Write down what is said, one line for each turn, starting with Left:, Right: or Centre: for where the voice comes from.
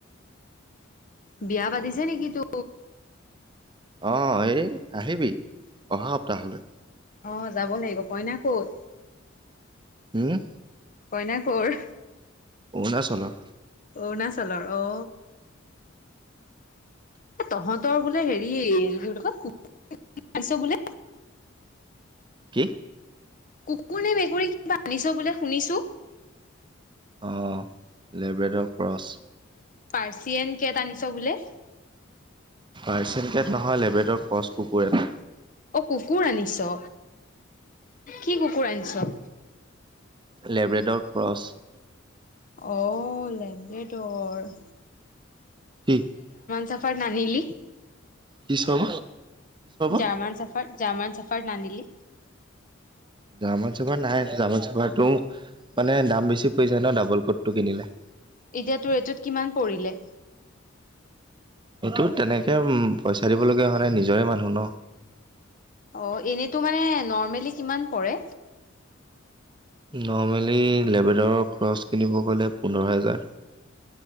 Left: বিয়া পাতিছে নেকি তো?
Right: অ' এই আহিবি অহা সপ্তাহলৈ।
Left: অ' যাব লাগিব কইনা ক'ত?
Right: হম!
Left: কইনা কৰ?
Right: অৰুণাচলৰ।
Left: অৰুণাচলৰ অ'। তহঁতৰ বোলে হেৰি কি ক পাইছ বোলে।
Right: কি?
Left: কুকুৰ নে মেকুৰী কিবা আনিছ বোলে শুনিছো।
Right: অ' লেব্ৰেডৰ ক্ৰছ।
Left: পাৰ্চিয়েন কেট আনিছ বোলে।
Right: আাৰচেনকেট নহয় লেবেদৰ কচ কুকুৰ এটা।
Left: অ' কুকুৰ আনিছ কি কুকুৰ আনিছ?
Right: Labrador cross.
Left: অ' লেম দে তৰ।
Right: কি
Left: চাফাৰ নানিলি
Right: কিছয়
Left: জাৰ্মান
Right: <unintelligible>
Left: চাফাৰ জাৰ্মান চাফাৰ নানিলি
Right: জামা চপা নাই জামা চপাটো মানে দাম বেছি পৰি যায় ন ডাবল ক'ডটো কিনিলে।
Left: এতিয়া তো ৰেটোত কিমান পৰিলে?
Right: এইটো তেনেকে উম পইচা দিবলগীয়া হোৱা নাই নিজৰে মানুহ ন।
Left: অ' এনেতো মানে নৰ্মেলি কিমান পৰে?
Right: নৰ্মেলি লেবেদাৰৰ ক্ৰচ কিনিব গ'লে পোন্ধৰ হেজাৰ।